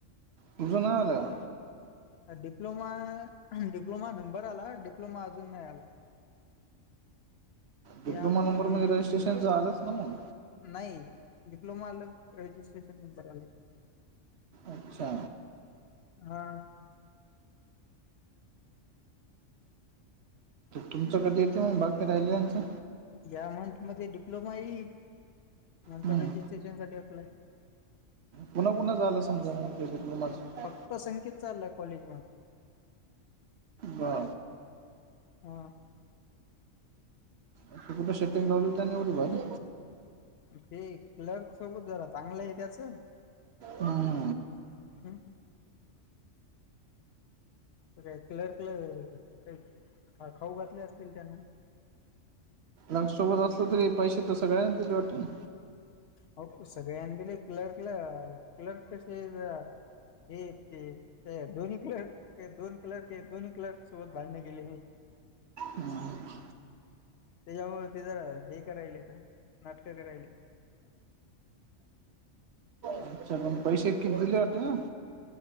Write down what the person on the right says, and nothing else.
तुझं ना आला आहे
डिप्ो
नंबर म्हणजेजिट्रेशन आलंच ना मग
अच्छा
तुमचं कधी येतं म बाकी राहिल्याचं?
हम्म.
कुणा कुणाचं आलं समजना ते डिप्लोमाचं?
बा
अशी कुठ सेटिंग लावली त्यांनी एवढी भारी?
हम्म.
लग सोबत आसलो तरी पैसे तं सगळ्यांना दिल वाटत ना
हम्म.
आच्छा पण पैसे किती दिले वाटते ना?